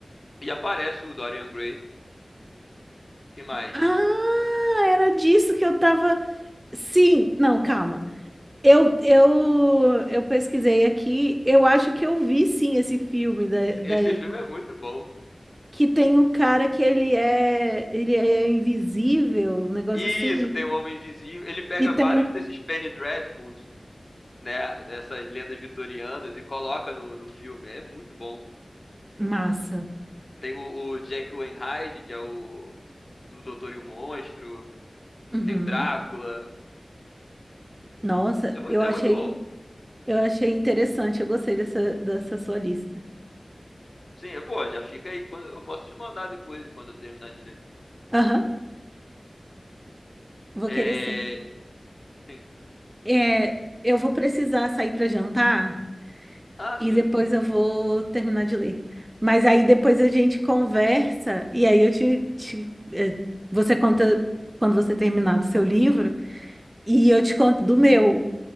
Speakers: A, on the left; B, on the right.
A: e aparece o Dorian Gray. Que mais?
B: Ah, era disso que eu tava. Sim, não, calma. Eu, eu, eu pesquisei aqui, eu acho que eu vi sim esse filme da,
A: Esse-
B: da,
A: Esse filme é muito bom.
B: que tem um cara que ele é, ele é invisível, um negócio
A: Isso,
B: assim,
A: tem o Homem Invisível. Ele pega
B: e tem
A: vários
B: o...
A: desses Penny Dreadfuls, né? Dessas lendas vitorianas e coloca no, no filme. É muito bom.
B: Massa.
A: Tem o, o Jack Wainwright, que é o do Doutor e o Monstro.
B: Uhum.
A: Tem o Drácula.
B: Nossa,
A: É muito,
B: eu achei,
A: é muito bom.
B: eu achei interessante, eu gostei dessa, dessa sua lista.
A: Sim, pô, já fica aí. Quando, eu posso te mandar depois, quando eu terminar de ler.
B: Aham, vou
A: É,
B: querer sim.
A: sim.
B: É, eu vou precisar sair para jantar,
A: Ah,
B: E
A: sim,
B: depois
A: sim, tranquilo.
B: eu vou terminar de ler. Mas aí depois a gente conversa, e aí eu te, te- eh, você conta quando você terminar do seu livro, e eu te conto do meu,